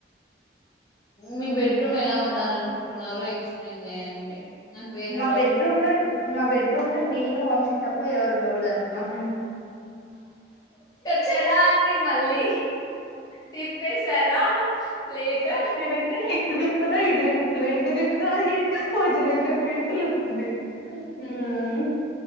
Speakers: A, on the left; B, on the left.
A: మీ బెడ్రూమ్ ఎలా ఉండాల అనుకుంటున్నారో ఎక్సప్లయిన్ చేయండి నాకు వేరే
B: మా
A: టాపిక్
B: బెడ్రూమ్ లో మా బెడ్రూమ్ లో నేను వంశీ తప్ప ఎవరు ఉండకూడదు అనుకున్నాం అండి
A: చెడా అండి మళ్ళీ తిప్పేశారా ప్లేట్
B: మేమైతే ఇటు దీప్పుత ఇటు దీప్పుతది ఇటు దీపుతే అది ఎటమ్మ మంచిగా లేదు నాకు మెంటల్ అస్తది ఉమ్